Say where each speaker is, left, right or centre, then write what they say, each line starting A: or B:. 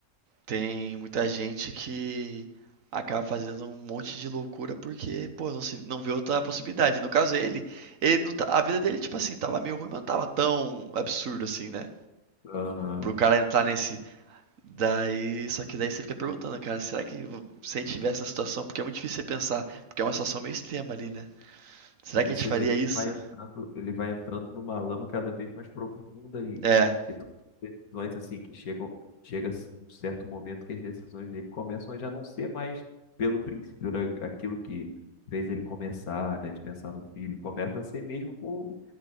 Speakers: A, on the right; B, on the left.
A: tem muita gente que acaba fazendo um monte de loucura porque, pô, não se não vê outra possibilidade. No caso ele, ele não tá- a vida dele tipo assim, tava meio ruim, mas não tava tão absurdo assim, né?
B: Aham.
A: Pro cara entrar nesse daí, só que daí você fica perguntando, cara, será que se a gente tivesse essa situação, porque é muito difícil você pensar, porque é uma situação meio extrema ali, né? Será
B: E você
A: que a gente faria
B: vê que
A: isso?
B: ele vai entrando, ele vai entrando numa lama cada vez mais profunda e,
A: É,
B: e to- decisões assim que chegam, chega um certo momento que as decisões dele começam a já não ser mais pelo princípio da- aquilo que fez ele começar, né, de pensar no filho, começa a ser mesmo por,